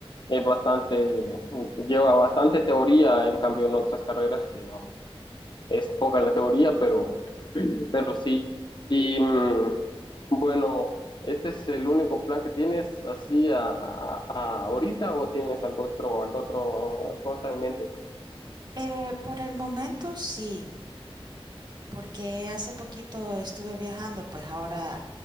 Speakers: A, on the left; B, on the right.
A: es bastante, lleva bastante teoría, en cambio en otras carreras que no. es poca la teoría, pero, pero sí. Y mm, bueno, ¿este es el único plan que tienes así a, a- a ahorita o tienes algo otro, algo otro cosa en mente?
B: Eh, por el momento sí. Porque hace poquito estuve viajando, pues ahora